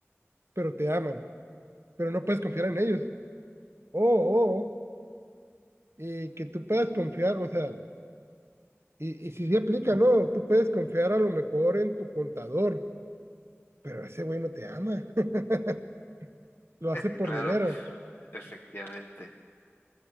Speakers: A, on the right; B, on the left.
A: pero te aman, pero no puedes confiar en ellos. O, o, eh, que tú puedas confiar, o sea, y, y si se aplica, no, tú puedes confiar a lo mejor en tu contador, pero ese güey no te ama, <laughs> lo
B: <laughs>
A: hace por
B: claro,
A: dinero,
B: efectivamente.